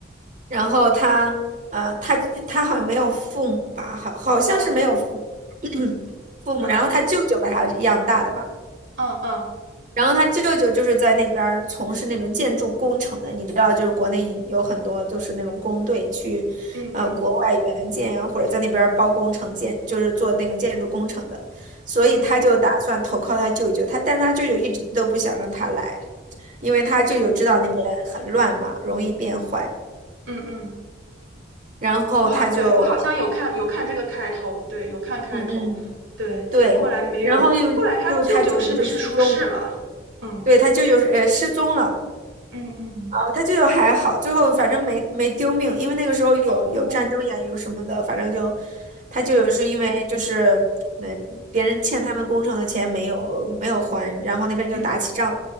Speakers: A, on the right; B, on the right.
A: 然后他呃，他他好像没有父母吧，好好像是没有父
B: 嗯。
A: <clears throat> 父母。
B: 嗯
A: 然后他舅舅把他养大的吧。
B: 嗯嗯
A: 然后他舅舅就是在那边儿从事那种建筑工程的，你知道，就是国内有很多就是那种工队去，
B: 嗯嗯
A: 呃，国外援建啊，或者在那边儿包工程建，就是做那个建筑工程的，所以他就打算投靠他舅舅，
B: 嗯
A: 他但是他舅舅一直都不想让他来，因为他舅舅知道那边很乱嘛，
B: 嗯
A: 容易变坏，
B: 嗯嗯，
A: 然后他就，
B: 我好，对，我好像有看有看这个开头，对，有看开头，
A: 嗯嗯，
B: 对，
A: 对，
B: 后来没有，
A: 然后又又他舅舅就失踪，
B: 后来他舅舅是不是出事了？嗯
A: 对，他舅舅是呃失踪了。
B: 嗯嗯，
A: 哦他就有还好，最后反正没没丢命，因为那个时候有有战争呀，
B: 哦，
A: 有什么的，反正就他就是因为就是呃别人欠他们工程的钱没有没有还，
B: 嗯
A: 然后那边就打起仗了，
B: 嗯